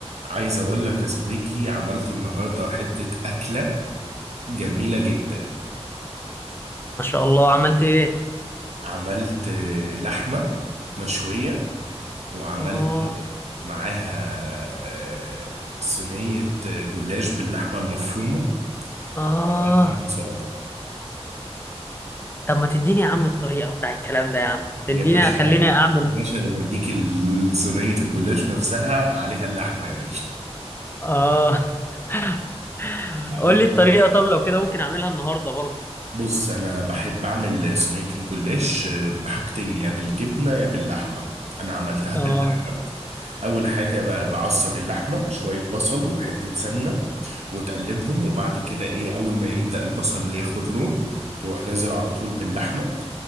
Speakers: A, on the right (about 80°); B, on the left (about 20°).
A: عايز اقول لك يا صديقي عملت النهارده حتة أكلة جميلة جدا
B: ما شاء الله عملت ايه
A: عملت آه، لحمة مشوية وعملت
B: اه
A: آه، معاها آه، صينية آه، جلاش باللحمة المفرومة
B: اه
A: وعملت معاها سلطة
B: طب ما تديني يا عم الطريقة بتاع الكلام ده يا عم
A: يا
B: اديني
A: باشا
B: خليني اعمل
A: يا باشا ده انا اديك ال- صينية الجلاش نفسها عليها اللحمة يا باشا
B: اه <laughs>
A: اقول
B: قول لي الطريقة
A: لك
B: طب لو كده ممكن اعملها النهاردة برضو
A: بص انا بحب اعمل صينية الجلاش آه، بحاجتين يا بالجبنة يا باللحمة انا عملتها
B: اه
A: باللحمة اول حاجه ب- بعصر اللحمه شويه بصل وحته سمنه وتقلبهم وبعد كده ايه اول ما يبدا البصل ياخد لون تروح نازل على طول باللحمه